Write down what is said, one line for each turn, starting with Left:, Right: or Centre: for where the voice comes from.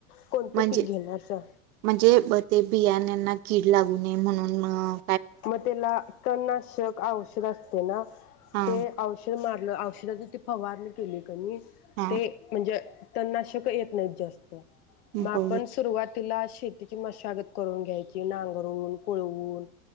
Left: कोणतं
Right: म्हणजे
Left: पीक घेणारसा?
Right: म्हणजे ब ते बियानांना किड् लागू नये म्हणून म्
Left: म त्याला तननाशक औषध असतंय ना,
Right: हा
Left: ते औषध मार् ल, औषधाची ती फवारणी केली कनी
Right: हा
Left: ते म्हणजे तननाशकंयेत नाहीत जास्त. मग आपण
Right: बर
Left: सुरुवात् तिला शेतीची मशागत करून घ्यायची, नांगरुन, कोळवून